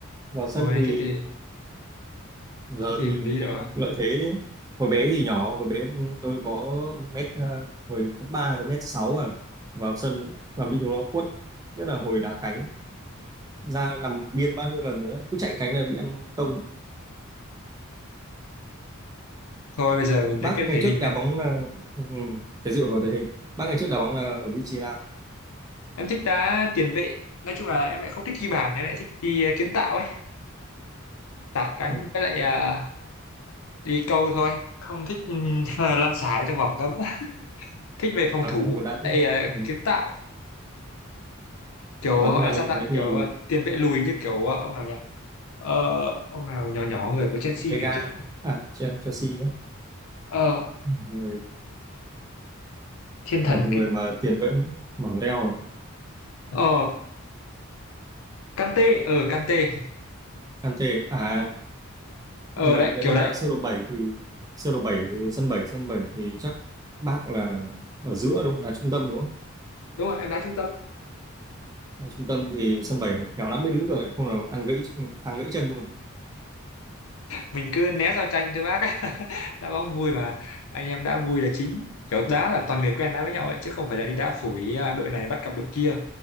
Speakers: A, on the right; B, on the left.
A: vào sân
B: ôi
A: thì
B: thế thì
A: giờ
B: thế thì
A: thì
B: hợp lý rồi
A: mình lợi thế hồi bé thì nhỏ hồi bé tôi có mét ờ, hồi cấp 3 có mét sáu à vào sân toàn bị chúng nó quất nhất là hồi đá cánh ra nằm biên bao nhiêu lần rồi á cứ chạy cánh là bị ăn tông
B: thôi bây giờ mình
A: Bác
B: lấy cái
A: ngày
B: thể
A: trước
B: hình
A: đá
B: ấy
A: bóng là ừ, cái gì mà thể hình. Bác ngày trước đá bóng là ở vị trí nào?
B: em thích đá tiền vệ nói chung là em lại không thích ghi bàn em lại thích đi ờ, kiến tạo ấy tạt cánh
A: Hay-
B: với lại ờ, đi câu thôi không thích <laughs> lăn xả ở trong vòng cấm thích về phòng
A: À,
B: thủ
A: muốn đá
B: tại
A: chứ.
B: ờ,
A: Ừ.
B: kiến tạo kiểu
A: Ủa,
B: gọi
A: nhưng mà
B: là sao
A: nếu
B: ta
A: thế thì
B: kiểu ờ, tiền vệ lùi như kiểu ờ, ông nào nhỉ ờ, ông nào nhỏ nhỏ người của Chelsea
A: Vega
B: ngày trước
A: à Che- Chelsea á.
B: ờ,
A: Ừ, Người
B: thiên thần
A: kiểu người
B: cái
A: mà tiền vệ mỏ leo à.
B: ờ Kante ờ Kante
A: Kante à À,
B: ờ
A: nhưng mà
B: đấy
A: nếu
B: kiểu
A: mà đá
B: đấy
A: sơ đồ 7 thì sơ đồ bảy sân bảy sân 7 thì chắc bác là ở giữa đúng không? Đá trung tâm đúng không?
B: đúng rồi em đá trung tâm
A: Đá trung tâm thì sân 7 khéo lắm mới đứng được ấy, không là ăn gãy phang gãy chân luôn.
B: mình cứ né giao tranh thôi bác <laughs> đá bóng vui mà anh em đá vui là chính kiểu đá là toàn người quen đá với nhau ấy chứ không phải là đi đá phủi à, đội này bắt cặp đội kia